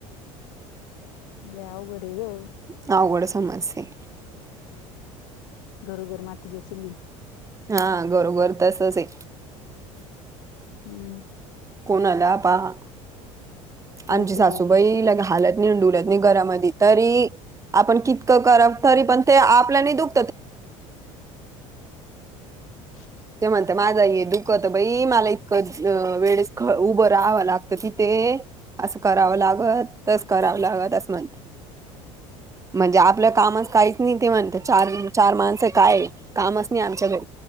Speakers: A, on the left; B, on the right.
A: अ याव गडू
B: नाव गोड समस्ये
A: घरोघर मातीच्या चुली
B: हा घरोबर तसच आहे
A: हम्म
B: कोणा आला पहा
A: तेच
B: आमची सासूबाई
A: आहे
B: लग हालत नाहीडुलत नाही घरामध्ये तरी आपण कितकं करा तरी पण ते आपल्याने दुख
A: ह ह
B: ते म्हणत माझा ये दुःखत बाई मला इतकं वेळेस ख उभं राहावं लागतं तिथे असं करावं लागत तरच करावं लागत असं म्हणते म्हणजे आपल्या कामात काहीच नाही ते म्हणते चार चार माणसं काय कामच नाही आमच्या घडे